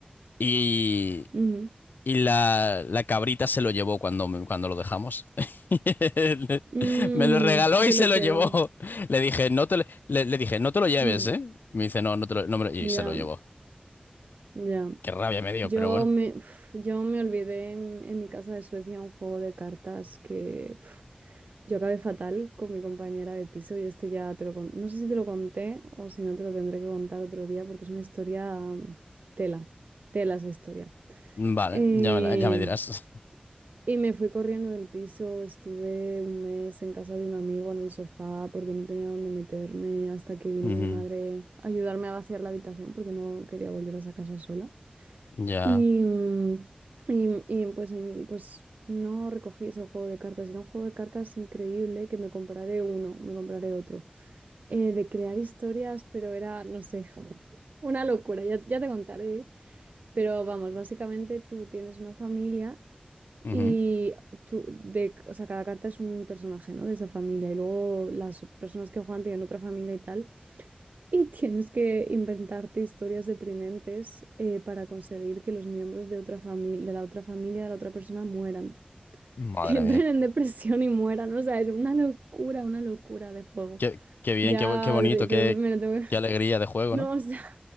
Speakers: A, on the left; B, on the right.
A: Y,
B: ujú.
A: y la, la cabrita se lo llevó cuando, me- cuando lo dejamos. <laughs>
B: Mm,
A: Me lo regaló
B: se
A: y se
B: lo
A: lo
B: quedó.
A: llevó. Le dije, no te, lo- le, le dije, no te lo lleves,
B: Mm,
A: ¿eh? Me dice, no, no te lo, no me lo-". y
B: ya,
A: se lo llevó.
B: ya.
A: Qué rabia me dio,
B: Yo
A: pero bueno.
B: me, uf, yo me olvidé en, en mi casa de Suecia un juego de cartas que uf, yo acabé fatal con mi compañera de piso y esto ya te lo con- no sé si te lo conté o si no te lo tendré que contar otro día porque es una historia mm, tela, tela esa historia.
A: Vale,
B: Eh,
A: ya me, la- ya me dirás.
B: y me fui corriendo del piso, estuve un mes en casa de un amigo en el sofá porque no tenía dónde meterme hasta que vino
A: <laughs> Ujú.
B: mi madre a ayudarme a vaciar la habitación porque no quería volver a esa casa sola.
A: Ya.
B: Y, mm, y- y, pues, en- pues no recogí ese juego de cartas. Era un juego de cartas increíble que me compraré uno, me compraré otro. Eh, de crear historias, pero era, no sé, <laughs> una locura, ya, ya te contaré. Pero vamos, básicamente tú tienes una familia
A: ujú.
B: y tú, de, o sea, cada carta es un personaje, ¿no? De esa familia. Y luego las personas que juegan tienen otra familia y tal. Y tienes que inventarte historias deprimentes eh, para conseguir que los miembros de otra familia, de la otra familia de la otra persona mueran. <laughs>
A: Madre
B: Que entren
A: mía.
B: en depresión y mueran. O sea, es una locura, una locura de juego.
A: Qué, qué bien,
B: Ya,
A: qué, bu- qué bonito, qué,
B: pero me lo tengo que...
A: qué alegría
B: <laughs>
A: de juego,
B: No,
A: ¿no?
B: o sea,